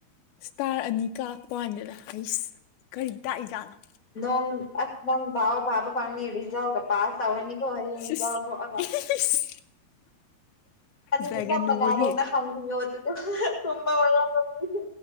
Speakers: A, on the left (about 80°); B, on the left (about 35°).
A: ꯏꯁꯇꯥꯔ ꯑꯅꯤ ꯀꯥꯞꯄ ꯋꯥꯅꯤꯗ ꯍꯁ ꯀꯔꯤ ꯇꯥꯛꯏꯖꯥꯠꯅꯣ
B: ꯅꯣꯡ ꯑꯁ ꯅꯪ ꯥꯎꯕ <unintelligible> ꯐꯥꯕ ꯐꯪꯅꯤ ꯔꯤꯖꯜꯒ ꯄꯥꯁ ꯇꯧꯔꯅꯤ ꯑꯣ ꯍꯥꯌꯦꯡ
A: ꯏꯁ
B: <unintelligible> ꯊꯑꯒ
A: ꯏꯁ
B: ꯑꯗꯤ
A: ꯗ꯭ꯔꯦꯒꯟ
B: ꯆꯞꯄ
A: ꯎꯕꯒꯤ
B: ꯉꯗꯣꯏꯅ ꯈꯪ ꯌꯣ ꯑꯗꯨꯗꯤ ꯇ ꯃ <unintelligible>